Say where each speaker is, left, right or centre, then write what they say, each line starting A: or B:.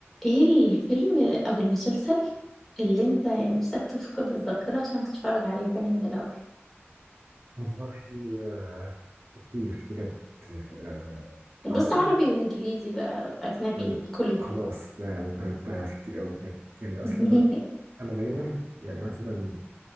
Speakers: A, in the centre; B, on the right.
A: ايه الفيلم او المسلسل اللي انت نفسك تفقد الذاكرة عشان تتفرج عليه تاني من الاول
B: والله آه، في كتير بجد آه،
A: بص
B: عربي
A: عربي وانجليزي بقى اجنبي
B: طيب
A: كله
B: خلاص ده ده ده في كتير قوي بجد يعني
A: <laughs>
B: اصلا انا أنا دايما يعني مثلا